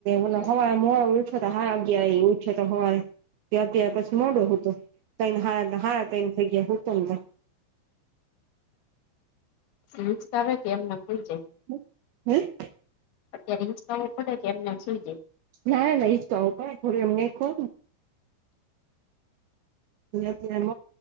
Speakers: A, on the right; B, on the left.
A: ઓલો હવારે મોડો ઉઠયો તો હારા અગિયાર ઉથયો હવારે ત્યા અત્યારે પછી મોડો હુતો તઈણ હારા તઈણ થઈ ગયા હુંતો તો
B: તું હીંચકા વે કે એમને હુઈ જાય
A: હ હમ
B: અ્યારે હિકવો પડે કે એમનેમ શઈ જાય
A: ના ના એ તોું થોડીું અમને ખો ્યારેમ